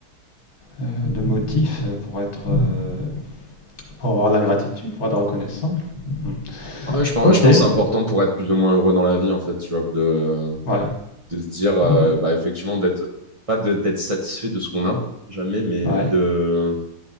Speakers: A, on the left; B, on the right.
A: euh, de motifs pour être, euh, pour avoir de la gratitude, pour être reconnaissant. Hmm.
B: Ouais, je pense,
A: Ok.
B: je pense
A: Ouais.
B: que c'est important pour être plus ou moins heureux dans la vie, en fait, tu vois, de,
A: Ouais.
B: de se dire, euh,
A: Non, non.
B: bah, effectivement, d'être, pas de- d'être satisfait de ce qu'on a, jamais, mais
A: Ouais.
B: de,